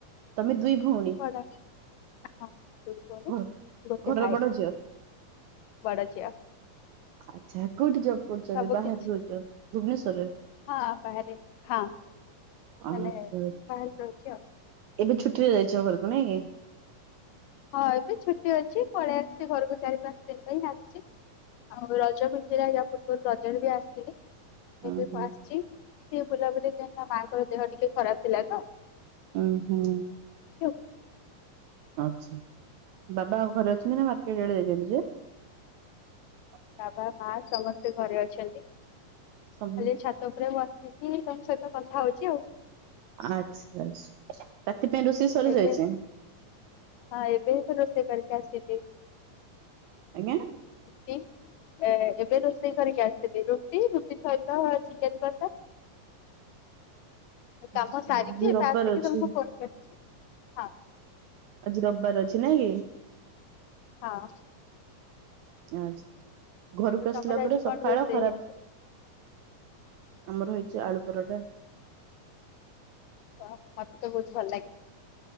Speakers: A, on the right; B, on the left.
A: ତମେ ଦୁଇ- ଭଉଣୀ
B: ବଡ ଭଉଣୀ। <unintelligible>
A: ଘ-
B: ଗୋଟେ
A: ଘରର
B: ଭାଇ
A: ବଡ ଝିଅ
B: ବଡ ଝିଅ।
A: ଆଚ୍ଛା। କଉଠି ଜବ୍ କରୁଛନ୍ତି
B: ସବୁ
A: ବାହାର
B: କିଛି
A: ରହୁଛ ଭୁବନେଶ୍ଵରରେ
B: ହଁ ବାହାରେ ହଁ
A: <inaudible>
B: ମାନେ
A: ଆଛା ଆଛା
B: ବାହାରେ ରହୁଛି ଆଉ।
A: <inaudible> ଏବେ ଛୁଟିରେ ଯାଇଛ ଘରକୁ ନାଇଁ କି।
B: ହଁ ଏବେ ଛୁଟି ଅଛି ପଳେଇ ଆସିଛି ଘରକୁ ଚାରି ପାଞ୍ଚ ଦିନ ପାଇଁ ଆସିଛି ଆଉ ରଜ ଛୁଟିରେ ୟା ପୂର୍ବରୁ ରଜରେ ବି ଆସିଥିଲି।
A: ଉଁ
B: ଏବେକୁ
A: ହୁଁ
B: ଆସିଛି ଟିକେ ବୁଲାବୁଲି ସେନା ମାଙ୍କର ଦେହ ଟିକେ ଖରାପ ଥିଲା ତ
A: ଓହୋ।
B: ଅଛି ଆଉ
A: ଆଛା ବାବା ଘରେ ଅଛନ୍ତି ନା ମାର୍କେଟଡେ ଯାଇଛନ୍ତି। ସେ <inaudible>
B: ବାବା ମା ସମସ୍ତେ ଘରେ ଅଛନ୍ତି। ଖାଲି
A: ସମ-
B: ଛାତ ଉପରେ ବସିଛି <unintelligible> କଥା ହଉଛି ଆଉ
A: ଆଛା ଆଚ୍ଛା। ସେଥିପାଇଁ ରୋଷେଇ ସରିଯାଇଛ।
B: ଏବେ ହଁ ଏବେତ ରୋଷେଇ କରିକି ଆସିଲି।
A: ଆଜ୍ଞା?
B: <inaudible> ଏ ଏବେ ରୋଷେଇ କରିକି ଆସିିଲି ରୁଟି ରୁଟି ସହିତ ଚିକେନ ବସା। <inaudible>
A: ଆଚ୍ଛା,
B: କାମ ସାରିକି
A: ଆଜି
B: ଏବେ
A: ରବିବାର
B: ଆସିକି
A: ଅଛି
B: ତମକୁ ଫୋନ କରିଛି ଆଉ ହଁ।
A: ଆଜି ରବିବାର ଅଛି ନାଇଁ କି।
B: ହଁ।
A: ଆଚ୍ଛା। ଘରକୁ ଆସିଲା
B: ତମର ଆଜି
A: ପରେ ସକାଳ
B: କଣ ରୋଷେଇ
A: ଖରାପ
B: ହେଇଛି?
A: <inaudible> ଆମର ହେଇ ଛି ଆଳୁ ପରଟା। <inaudible>
B: ହ ମତେ ତ ବହୁତ ଭଲ ଲାଗେ